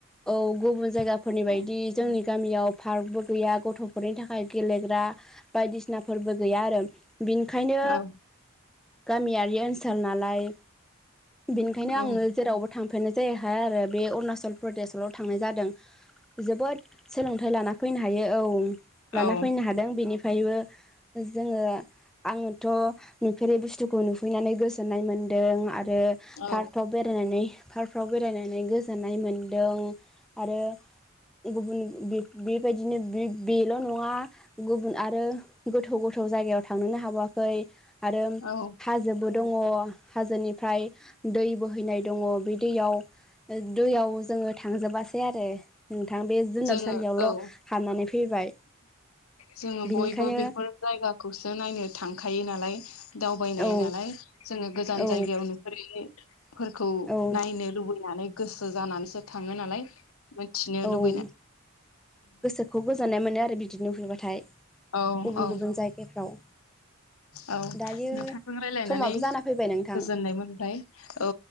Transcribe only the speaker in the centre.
औ गुबुन जायगाफोरनि बायदि
जोंनि गामियाव पार्कबो गैया गथ'फोरनि थाखाय गेलेग्रा बायदिसिना फोरबो गैया आरो बिनिखायनो
गामियारि ओनसोल नालाय बेनिखायनो
आङो जेरावबो थांफेरनाय जायाहाय आरो बे उणाचल प्रदेशआवल' थांनाय जादों जोबोद सोलोंथाइ लाना फैनो हायो औ लाना
फैनो हादों बेनि फायबो जोङो आङोथ' नुफेरै बुस्थुखौ नुफैनानै गोजोननाय मोनो दों आरो
पार्काव बेरायनानै पार्काफ्राव बेरायनानै गोजोननाय मोनदों आरो गुबुन बेबायदिनो बे बेल' नङा गुबुन आरो गोथौ गोथौ गोजौ जायगायाव थांनोनो हाबावाखै आरो
हाजोबो दङ हाजोनिफ्राय दै बोहैनाय दङ बे दैयाव दैयाव जोङो थांजोबासै आरो नोंथां बे जुनारसालियावल'
हाबानानै फैबाय
बिनिखायनो
औ
औ
औ
ओम गोसोखौ गोजोननाय मोनो आरो बिदिनो नुफेरबाथाय
गुबुन
गुबुन जायगाफ्राव
दायो
समाबो जाना फैबाय नोंथां